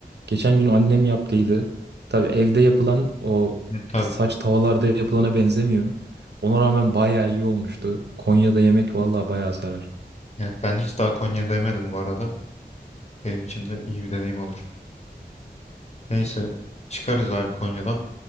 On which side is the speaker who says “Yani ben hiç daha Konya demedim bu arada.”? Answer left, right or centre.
Left